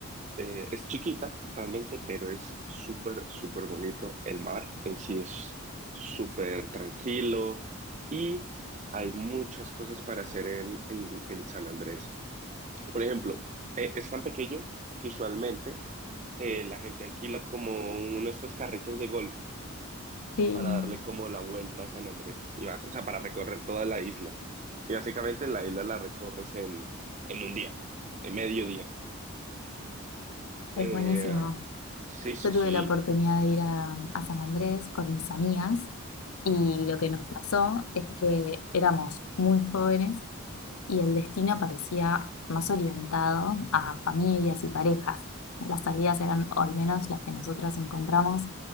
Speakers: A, on the right; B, on the left.
A: Eh, es chiquita, realmente, pero es súper, súper bonito. El mar en sí es súper tranquilo y hay muchas cosas para hacer en, en en San Andrés. Por ejemplo, eh, es tan pequeño que usualmente eh, la gente alquila como uno de estos carritos de golf
B: Sí,
A: para
B: sí,
A: darle como la vuelta a San Andrés, y vas- o sea, para recorrer toda la isla. Y básicamente la isla la recorres en, en un día, en medio día. Eh,
B: es buenísimo.
A: sí, sí,
B: Yo tuve
A: sí.
B: la oportunidad de ir a, a San Andrés con mis amigas y lo que nos pasó es que éramos muy jóvenes y el destino parecía más orientado a familias y parejas. Las salidas eran, o al menos las que nosotras encontramos,